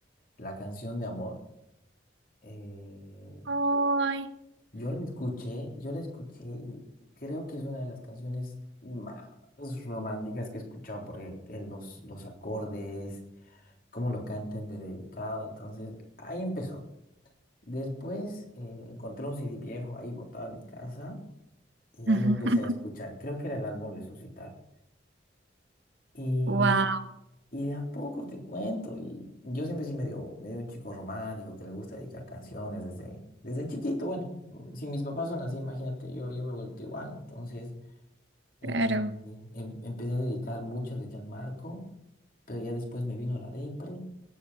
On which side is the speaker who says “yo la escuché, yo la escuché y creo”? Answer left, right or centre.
Left